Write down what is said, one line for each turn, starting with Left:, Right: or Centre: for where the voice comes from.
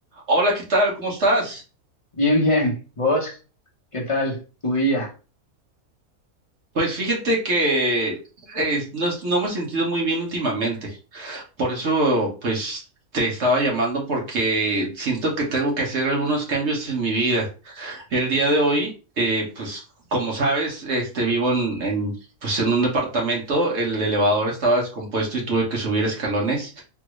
Right: Hola, ¿qué tal? ¿Cómo estás?
Left: Bien, bien. ¿Vos qué tal tu día?
Right: Pues fíjate que eh, no, es- no me he sentido muy bien últimamente. Por eso, pues, te estaba llamando porque siento que tengo que hacer algunos cambios en mi vida. El día de hoy, eh, pues, como sabes, este, vivo en, en, pues, en un departamento. El elevador estaba descompuesto y tuve que subir escalones.